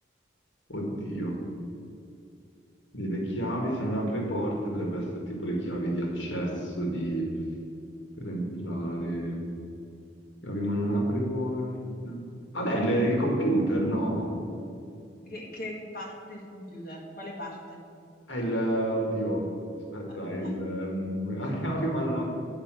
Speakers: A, on the left (about 75°); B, on the left (about 50°).
A: Oddio, Quindi le chiavi se non apre porte potrebbe essere tipo le chiavi di accesso di... per entrare. Chiavi ma non apre porte. Vabbè, il, il computer, no?
B: Che, che parte del computer? Quale parte?
A: È il... Oddio, aspetta,
B: <laughs>
A: è il... ehm, <laughs> ha chiavi ma non apre...